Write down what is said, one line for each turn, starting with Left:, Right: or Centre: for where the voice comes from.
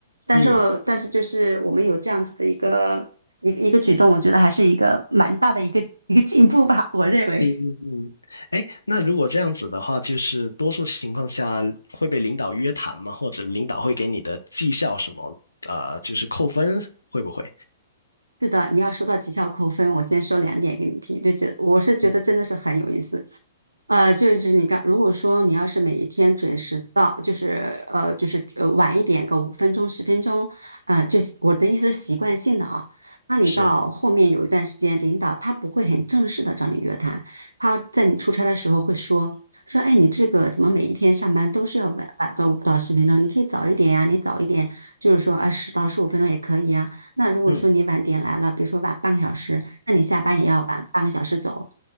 Right: 但是但是就是我们有这样子的一个一个一个举动，
Left: 嗯。
Right: 我觉得还是一个蛮大的一个一个进步吧，我认为。
Left: 嗯嗯嗯，哎，那如果这样子的话，就是多数情况下会被领导约谈吗？或者领导会给你的绩效什么，呃，就是扣分，会不会？
Right: 是的，你要说到绩效扣分，我先说两点给你听，就觉我是觉得真的是很有意思。
Left: 嗯，
Right: 呃，就是你刚，如果说你要是每一天准时到，就是呃，就是呃晚一点个五分钟、十分钟，呃，就是我的意思是习惯性的啊。那你到后面有一段时间，
Left: 是，
Right: 领导他不会很正式的找你约谈，他在你出差的时候会说说，哎，你这个怎么每一天上班都是要晚晚个五到十分钟？你可以早一点呀，你早一点就是说啊十到十五分钟也可以呀。那如果说你晚点来了，
Left: 嗯
Right: 比如说晚半个小时，那你下班也要晚半个小时走。